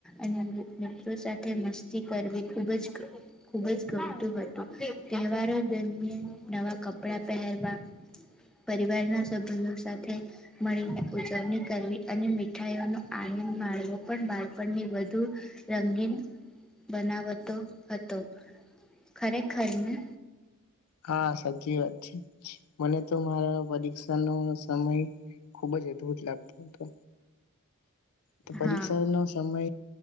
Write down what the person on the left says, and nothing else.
હા સાચી વાત છે મને તો મારા પરીક્ષા નો સમય ખુબ જ અદભુત લાગતો હતો તો પરીક્ષા
નો સમય